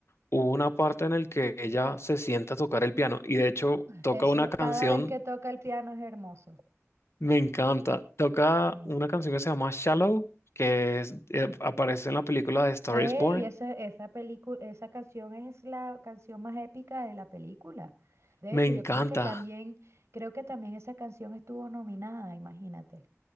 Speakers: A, on the left (about 60°); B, on the right (about 55°).
A: hubo una parte en el que ella se sienta a tocar el piano y de hecho toca
B: Eso,
A: una canción,
B: cada vez que toca el piano es hermoso.
A: me encanta. Toca
B: Sí.
A: una canción que se llama Shallow, que es- eh, aparece en la película de Star
B: Eh,
A: is Born.
B: y esa, esa película, esa canción es la canción más épica de la película. De
A: Me
B: hecho,
A: encanta.
B: yo creo que también, creo que también esa canción estuvo nominada, imagínate.